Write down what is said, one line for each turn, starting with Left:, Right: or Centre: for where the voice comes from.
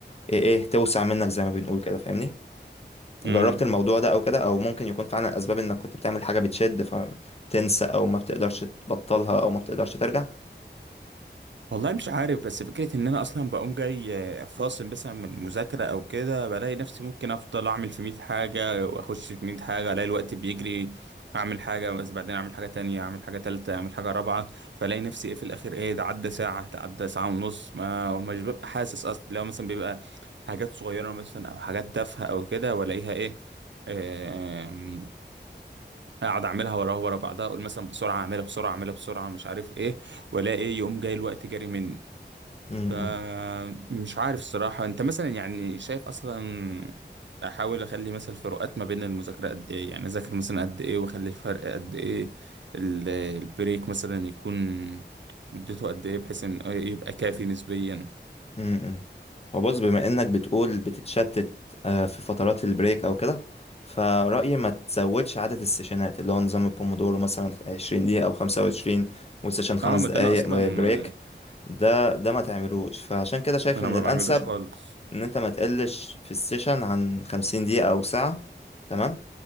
Left: إيه, إيه توسع منك زي ما بنقول كده فاهمني جربت
Right: امم
Left: الموضوع ده أو كده أو ممكن يكون فعلا الأسباب إنك كنت بتعمل حاجة بتشد فتنسى أو ما بتقدرش تبطلها أو ما بتقدرش ترجع
Right: والله مش عارف بس فكرة ان انا اصلا بقوم جاي آه، فاصل مثلا من المذاكرة او كده بلاقي نفسي ممكن افضل اعمل في 100 حاجة واخش في 100 حاجة الاقي الوقت بيجري اعمل حاجة بس بعدين اعمل حاجة تانية اعمل حاجة تالتة اعمل حاجة رابعة فلاقي نفسي ايه في الاخر ايه ده عدى ساعة ده عدى ساعة ونص ما مش ببقى حاسس اصلا لو مثلا بيبقى حاجات صغيرة مثلا او حاجات تافهة او كده والاقيها ايه آم، اقعد اعملها وراها ورا بعضها اقول مثلا بسرعه اعملها بسرعه اعملها بسرعه مش عارف ايه ولا ايه يقوم جاي الوقت جاري مني
Left: امم
Right: فمش عارف الصراحة انت مثلا يعني شايف اصلا احاول اخلي مثلا فروقات ما بين المذاكرة قد ايه يعني اذاكر مثلا قد ايه واخلي الفرق قد ايه ال- البريك مثلا يكون مدته قد ايه بحيث ان يبقى كافي نسبيا
Left: امم هو بص بما انك بتقول بتتشتت آه، في فترات البريك او كده فرأيي ما تزودش عدد السيشنات اللي هو نظام البومودورو مثلا 20 دقيقة او 25 وسيشن خمس
Right: اه ما
Left: دقايق
Right: ده انا اصلا
Left: بريك ده ده ما تعملوش فعشان كده شايف
Right: انا
Left: ان
Right: ما
Left: الانسب
Right: بعملوش خالص
Left: ان انت ما تقلش في السيشن عن 50 دقيقة او ساعة تمام